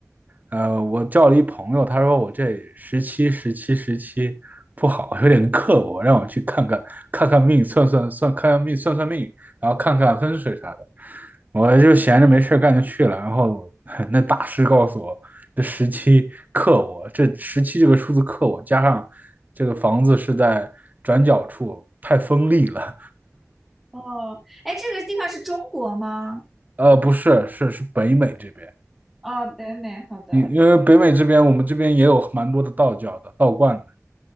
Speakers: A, on the right (about 35°); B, in the centre.
A: 呃，我叫了一朋友，他说我这十七十七十七不好，有点克我，让我去看看看看命，算算算看看命算算命，然后看看风水啥的。我就闲着没事干就去了，然后 <laughs> 那大师告诉我，这十七克我，这十七这个数字克我，加上这个房子是在转角处，太锋利了。
B: 哦，哎，这个地方是中国吗？
A: 呃，不是，是是北美这边，
B: 哦，北美，好的。
A: 因因为北美这边我们这边也有蛮多的道教的道观的，